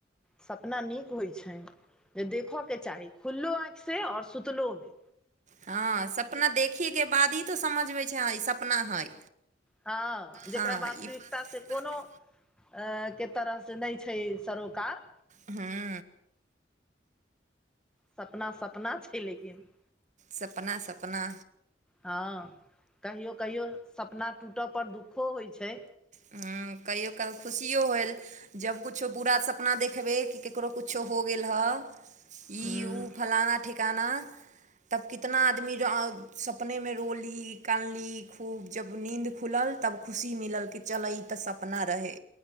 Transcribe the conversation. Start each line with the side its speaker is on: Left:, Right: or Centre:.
Centre: सपना नीक होइत छनि जे देखऽके चाही खुल्लो आँख से औ सुतलो में
Right: हँ सपना देखैके बाद ही तो समझबै छैँ ई सपना हइ
Centre: हँ जेकरा
Right: हँ
Centre: वास्तविक
Right: ई
Centre: से कोनो के तरह से नहि छै सरोकार
Right: हुँ
Centre: सपना सपना छै लेकिन
Right: सपना सपना
Centre: हँ कहियो कहियो सपना टूटऽ पर दुःखो होइ छै
Right: हुँ कहियो काल खुशियो होल जब किछो बुरा सपना देखबै कि ककरो किछो हो गेल हए
Centre: हूँ
Right: ई ओ फलाना ठिकाना तब कितना आदमी सपनेमे रोली कानली खूब जब नीन्द खुलल तब खुशी मिलल कि चलऽ ई तऽ सपना रहै